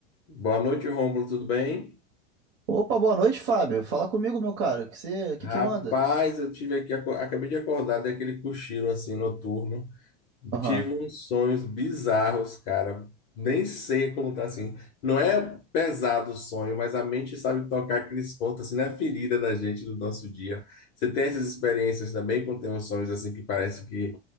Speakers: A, on the left; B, on the right.
A: Boa noite, Rômulo, tudo bem?
B: Opa, boa noite, Fábio. Fala comigo, meu cara. Que você, que
A: Rapaz,
B: que manda?
A: eu tive aqui, aco- acabei de acordar daquele cochilo assim noturno.
B: Aham.
A: Tive uns sonhos bizarros, cara. Nem sei como tá assim. Não é pesado o sonho, mas a mente sabe tocar aqueles pontos assim na ferida da gente do nosso dia. Você tem essas experiências também quando tem uns sonhos assim que parece que